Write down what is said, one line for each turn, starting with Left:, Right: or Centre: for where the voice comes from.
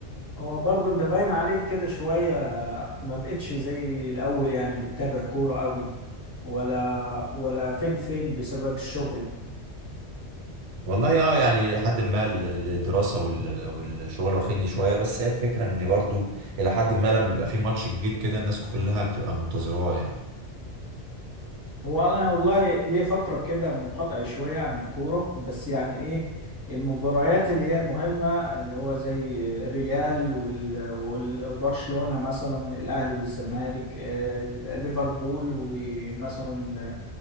Left: هو برضه انت باين عليك كده شوية آه، ما بقتش زي الأول يعني بتتابع كورة قوي ولا ولا فين فين بسبب الشغل
Right: والله اه يعني لحد ما ال- ال- الدراسة وال- والشغل واخدني شوية بس هي الفكرة ان برضو الى حد ما لما بيبقى في ماتش كبير كده الناس كلها بتبقى منتظراه يعني
Left: هو انا والله ليه فتره كده منقطع شويه عن الكوره بس يعني ايه المباريات اللي هي المهمه اللي هو زي ريال وال- والبرشلونه مثلا الاهلي والزمالك آه، ليفربول ومثلا